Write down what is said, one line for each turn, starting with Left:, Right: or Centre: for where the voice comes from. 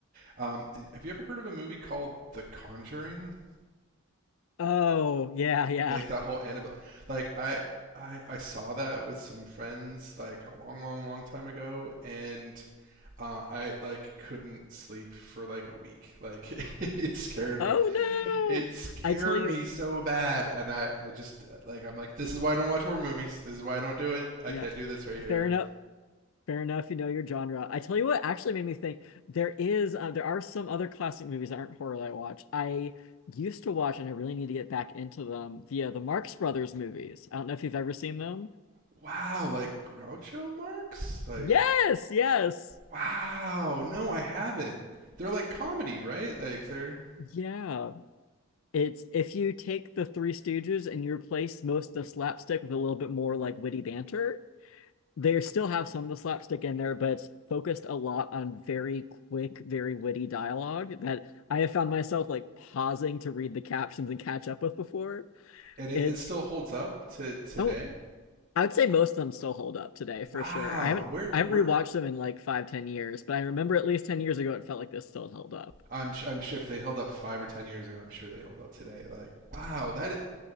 Right: um, have you ever heard of a movie called The Conjuring?
Left: Oh, yeah, yeah.
Right: like that whole Annabelle. Like I, I, I saw that with some friends like a long, long, long time ago, and uh, I like couldn't sleep for like a week. Like <laughs> it scared,
Left: Oh no!
Right: it scared
Left: I tell you,
Right: me so bad, and I, I just like I'm like this is why I don't watch horror movies. This is why I don't do it. I
Left: yeah,
Right: can't do this right here.
Left: fair enough. Fair enough. You know your genre. I tell you what actually made me think there is uh, there are some other classic movies that aren't horror that I watch. I used to watch, and I really need to get back into them. The uh, the Marx Brothers movies. I don't know if you've ever seen them.
Right: Wow, like Groucho Marx, like
Left: Yes, yes.
Right: wow. No, I haven't. They're like comedy, right? Like they're
Left: Yeah. It's if you take the Three Stooges and you replace most of the slapstick with a little bit more like witty banter, they still have some of the slapstick in there, but it's focused a lot on very quick, very witty dialogue that I have found myself like pausing to read the captions and catch up with before.
Right: and it,
Left: It's
Right: it still holds up to today.
Left: oh, I would say most of them still hold up today
Right: Wow,
Left: for sure. I haven't
Right: where
Left: I haven't
Right: where
Left: rewatched them in like five, ten years, but I remember at least ten years ago it felt like this still held up.
Right: I'm I'm sure if they held up five or ten years ago, I'm sure they held up today. Like wow, that is,